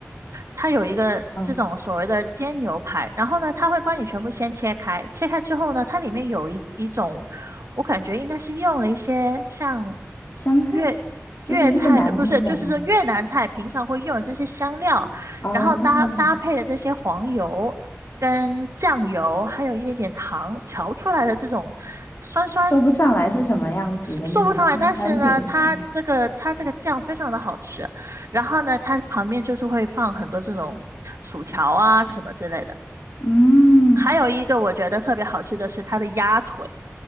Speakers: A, on the right; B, on the left.
A: 它有一个这种所谓的煎牛排，
B: 嗯，
A: 然后呢，它会帮你全部先切开，切开之后呢，它里面有一一种，我感觉应该是用了一些像
B: 湘菜
A: 粤粤菜，
B: 就是越南的那种。
A: 呃，不是，就是这越南菜平常会用的这些香料，
B: 哦
A: 然后搭搭配的这些黄油跟酱油，还有一点点糖调出来的这种酸酸
B: 说不上来是什么样子的那种酸酸甜甜。
A: 说不上来，但是呢，它这个它这个酱非常的好吃，然后呢，它旁边就是会放很多这种薯条啊什么之类的。
B: 嗯，
A: 还有一个我觉得特别好吃的是它的鸭腿，